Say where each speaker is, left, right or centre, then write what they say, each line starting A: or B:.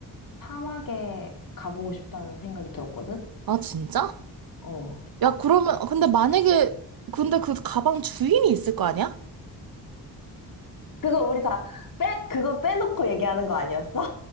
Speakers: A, on the left (about 45°); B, on the right (about 50°).
A: 사막에 가보고 싶다는 생각이 들었거든?
B: 아, 진짜?
A: 어.
B: 야, 그러면, 근데 만약에, 근데 그 가방 주인이 있을 거 아니야?
A: 그거 우리 다 빼, 그거 빼놓고 얘기하는 거 아니었어?